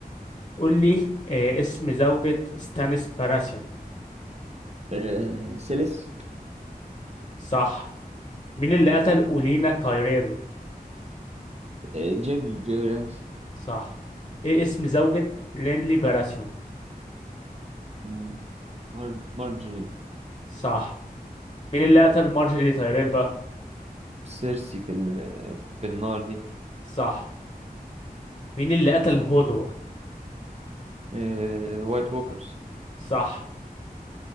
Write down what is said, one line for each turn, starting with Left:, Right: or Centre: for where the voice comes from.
Left: قول لي آه، اسم زوجة ستانيس براسيون
Right: آه، سيليس
Left: صح مين اللي قتل اولينا تايريل
Right: آه، جيمي جيمي لانستر
Left: صح ايه اسم زوجة رينلي براسيون
Right: مم، مار... مارجري
Left: صح مين اللي قتل مارجري تايريل بقى
Right: سيرسي في ال... في النار دي
Left: صح مين اللي قتل هودور
Right: آه، وايت ووكرز
Left: صح